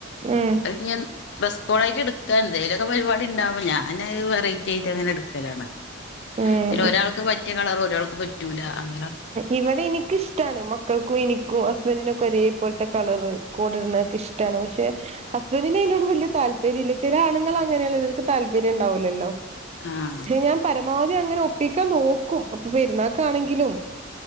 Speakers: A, on the right; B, on the left.
A: ഉം
B: അത്ഞ്ഞി. ഡ്രെസ്കോട് ആയിറ്റ് ട്ക്കാഎ ന്തേലൊക്കെപരിപാടിണ്ടാവുപോ ഞാന് അത് വെറൈറ്റി ആയിട്ട് അങ്ങനെ ഇട് ക്കലാണ്.
A: ഉം
B: പിന്നെ ഒരാൾക്ക് പറ്റിയ കളറ് ഒരാൾക്ക് പറ്റൂല. അങ്ങനെ.
A: ഇവടെ നി ക്കിഷ്ട്ടാണ് മക്കൾക്കും എനിക്കും ഹസ്ബൻഡിനൊക്കെ ഒരേ പോലത്തെ കളറ് കോട് ഇടുന്നതൊക്കെ ഇഷ്ട്ടാണ്. പക്ഷെ. ഹസ്ബന്റി ന് അയിനോട് വല്യതാല്പര്യംല്ല ചില ആണുങ്ങള് അങ്ങനെയാണെല്ലോ അവർക്ക് താല്പര്യം ഉണ്ടാവൂല്ലല്ലോ.
B: ആഹാ
A: ഞാൻ പരമാവതി അങ്ങനെ ഒപ്പിക്കാൻ നോക്കും. അപ്പൊ പെര്ന്നാക്കാണെങ്കിലും.